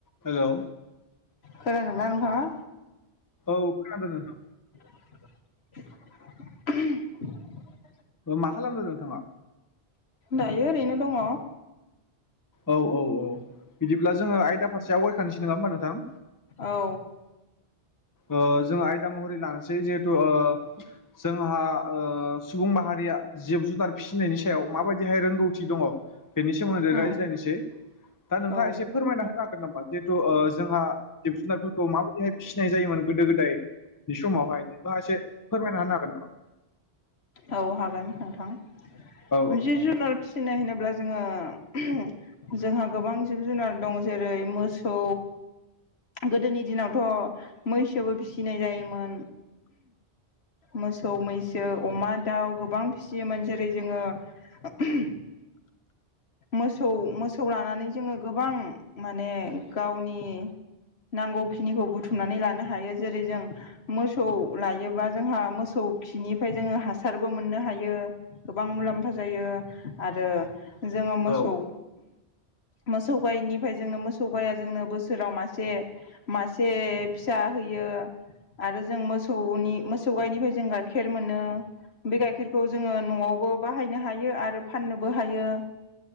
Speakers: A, on the left (about 20°); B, on the left (about 70°).
A: हेलौ
B: खोनादों ना नोंथाङा
A: औ खोनादों नोंथां
B: <unintelligible>
A: मा खालामदों नोंथाङा
B: दायो ओरैनो दङ'।
A: औ औ औ बिदिब्ला जोङो आयदा फारसे आवगायखानोसै नङा होमबा नोंथां
B: औ।
A: ओ जोङो आयदा महरै लानोसै जिहेथु ओ जोंहा ओ सुबुं माहारि या जिब जुनार फिसिनायनि सायाव माबायदिहाय रोंगौथि दङ' बेनि सोमोन्दै
B: उम
A: रायज्लायनोसै दा नोंथाङा
B: औ
A: एसे फोरमायना होनो हागोन नामा? जिहेथु ओ जोंहा जिब जुनारफोरखौ माबायदिहाय फि सिनाय जायोमोन गोदो गोदायनि समावहाय नोंथाङा एसे फोरमायना होनो हागोन नामा?
B: औ हागोन नोंथां
A: औ
B: मोनसे जुनार फिसिनाय होनो ब्ला जोङो जोंहा गोबां जिब जुनार दं जेरै मोसौ गोदोनि दिनाव थ' मैसोबो फिसिनाय जायोमोन मोसौ मैसो अमा दाउ गोबां फिसियोमोन जेरै जेरै जोङो मोसौ मोसौ लानानै जोङो गोबां माने गावनि नांगौखिनिखौ बुथुमनानै लानो हायो जेरै जों मोसौ लायोबा जोंहा मोसौ खौ खिनिफाय जोङो हासारबो मोननो हायो गोबां मुलाम्फा जायो। आरो जोङो मोसौ
A: औ
B: मोसौ गायनिफ्राय जोंनो मोसौ गाया जोंनो बोसोराव मासे मासे फिसा होयो। आरो जों मोसौनि मोसौ गायनिफ्राय जों गाइखेर मोनो। बे गाइखेरखौ जोङो न'आवबो बाहायनो हायो आरो फाननोबो हायो।